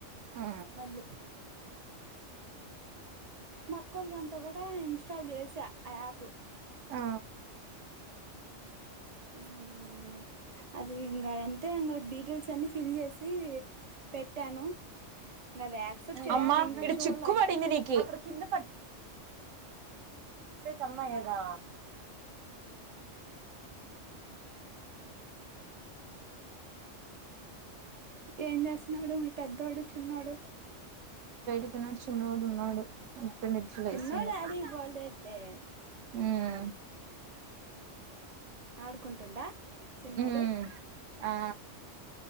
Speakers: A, on the right (about 85°); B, on the right (about 55°).
A: ఆ
B: మళ్లీ మా అక్కోళ్ల దాంట్లో కూడా ఇన్స్టాల్ చేసా ఆ యాప్
A: ఆ
B: ఉమ్ అది ఇంకా అంతే ఇంకా డీటెయిల్స్ అన్ని ఫిల్ చేసి పెట్టాను ఇంక అది యాక్సెప్ట్ చేయాలి
A: అమ్మా
B: ఇంకా
A: ఇడా
B: చూడాల
A: చిక్కు
B: అయ్య
A: పడింది నీకి ఇకు తన్ మై ఎదా
B: ఏం చేస్తున్నాడు మీ పెద్దోడు చిన్నోడు
A: ఇకిన చిన్నోడు ఉన్నాడు ఇప్పుడు నిద్ర
B: చిన్నోడు
A: లేసింది
B: ఎడాకి పోలేడులే
A: ఆమ్
B: ఆడుకుంటుడా చిన్నోడు
A: ఉమ్ ఆ